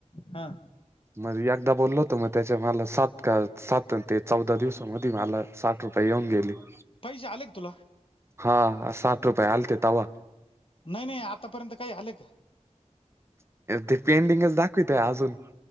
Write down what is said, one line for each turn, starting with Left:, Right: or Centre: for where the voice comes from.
Left: हा!
Right: मग एकदा बोललो होत मग त्याच्या मला सात का सात ते चौदा दिवसामध्ये मला सात रुपय येऊन गेले.
Left: पैसे आले का तुला?
Right: हा साठ रुपये आलते तवा
Left: नाही नाही आतापर्यंत काही आले का?
Right: ते पेंडिंगच दाखवितय अजून